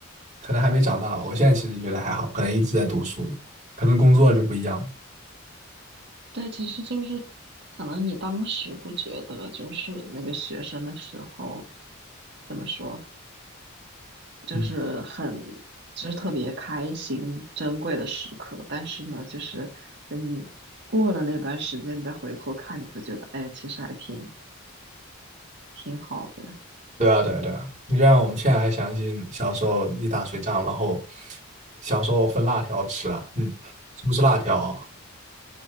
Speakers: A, on the right (about 30°); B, on the right (about 50°).
A: 可能还没长大吧我现在其实觉得还好，可能一直在读书，可能工作就不一样了
B: 对，其实就是可能你当时不觉得，就是那个学生的时候，怎么说，就是很，
A: 嗯，
B: 就是特别开心、珍贵的时刻。但是呢，就是等你过了那段时间，你再回头看，你会觉得，哎，其实还挺挺好的。
A: 对啊，对啊，对啊。你就像我们现在还想起小时候一打水仗，然后小时候分辣条吃啊，嗯，是不是辣条啊